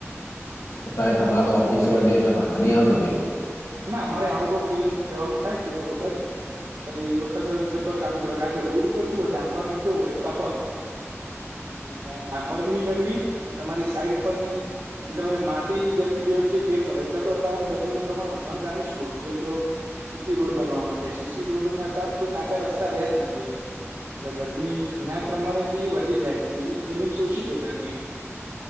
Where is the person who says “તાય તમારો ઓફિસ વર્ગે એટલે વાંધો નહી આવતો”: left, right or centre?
Left